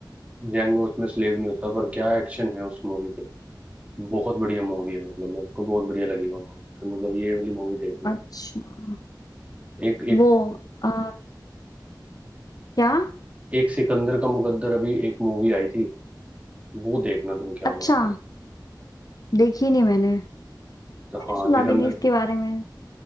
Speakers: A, on the right; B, on the left.
A: जेंगो उसमें स्लेव नहीं होता पर क्या एक्शन है उस मूवी बहुत बढ़िया मूवी है मतलब मेरे को बहुत बढ़िया लगी वो मूवी तो मतलब ये वाली मूवी देखना
B: अच्छा
A: एक एक
B: वो अ, क्या
A: एक सिकंदर का मुकद्दर अभी एक मूवी आई थी वो देखना तुम क्या
B: अच्छा
A: मस्त है
B: देखी नहीं मैंने
A: तो
B: मैंने
A: हाँ
B: सुना
A: सिकंदर
B: भी नहीं इसके बारे में